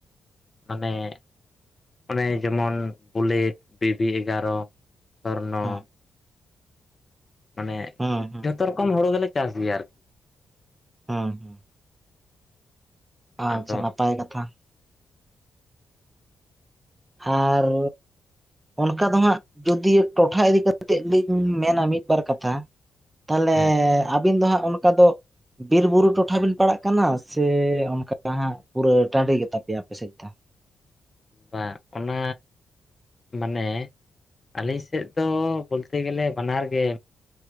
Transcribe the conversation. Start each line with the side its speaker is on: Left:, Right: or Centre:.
Left: ᱢᱟᱱᱮ ᱚᱱᱮ ᱡᱮᱢᱚᱱ ᱱ ᱵᱩᱞᱮᱴ ᱵᱤᱵᱤ ᱮᱜᱟᱨᱚ ᱥᱚᱨᱱᱚ
Right: ᱦᱮᱸ
Left: ᱢᱟᱱᱮ
Right: ᱦᱩᱸ, ᱦᱩᱸ ᱾
Left: ᱡᱚᱛᱚ ᱨᱚᱠᱚᱢ ᱦᱩᱲᱩ ᱜᱮᱞᱮ ᱪᱟᱥ ᱜᱤᱭᱟ ᱟᱨᱠᱤ ᱾
Right: ᱦᱩᱸ, ᱦᱩᱸ ᱾ ᱟᱪᱪᱷᱟ
Left: ᱟᱫᱚ
Right: ᱱᱟᱯᱟᱭ ᱠᱟᱛᱷᱟ ᱾ ᱟᱨ ᱚᱱᱠᱟ ᱫᱚ ᱦᱟᱸᱜ ᱡᱩᱫᱤ ᱴᱚᱴᱷᱟ ᱤᱫᱤ ᱠᱟᱛᱮᱫ ᱞᱤᱧ ᱢᱮᱱᱟ ᱢᱤᱫ ᱵᱟᱨ ᱠᱟᱛᱷᱟ ᱛᱟᱦᱚᱞᱮ
Left: ᱦᱮᱸ
Right: ᱟᱹᱵᱤᱱ ᱫᱚ ᱦᱟᱸᱜ ᱚᱱᱠᱟ ᱫᱚ ᱵᱤᱨ ᱵᱩᱨᱩ ᱴᱚᱴᱷᱟ ᱵᱤᱱ ᱯᱟᱲᱟᱜ ᱠᱟᱱᱟ ᱥᱮ ᱚᱱᱠᱟ ᱦᱟᱸᱜ ᱯᱩᱨᱟᱹ ᱴᱟᱺᱰᱤ ᱜᱮ ᱛᱟᱯᱮᱭᱟ ᱟᱯᱮ ᱥᱮᱫ ᱫᱚ?
Left: ᱵᱟᱝ ᱚᱱᱟ ᱢᱟᱱᱮ ᱟᱹᱞᱤᱧ ᱥᱮᱫ ᱫᱚ ᱵᱚᱞᱛᱮ ᱜᱮᱞᱮ ᱵᱟᱱᱟᱨ ᱜᱮ